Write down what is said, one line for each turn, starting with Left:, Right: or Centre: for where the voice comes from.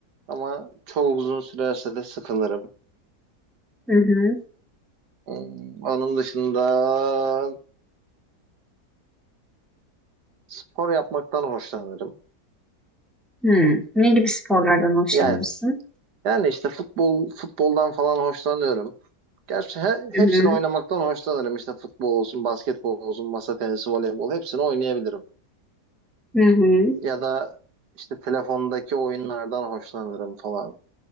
Right: ama çok uzun sürerse de sıkılırım.
Centre: Hı hı.
Right: Hmm, Onun dışında spor yapmaktan hoşlanırım.
Centre: Hımm. Ne gibi sporlardan hoşlanırsın?
Right: Yani yani işte futbol futboldan falan hoşlanıyorum. Gerçi he-
Centre: Hı
Right: hepsini
Centre: hı.
Right: oynamaktan hoşlanırım. İşte futbol olsun, basketbol olsun, masa tenisi, voleybol hepsini oynayabilirim.
Centre: Hı hı.
Right: Ya da işte telefondaki oyunlardan hoşlanırım falan.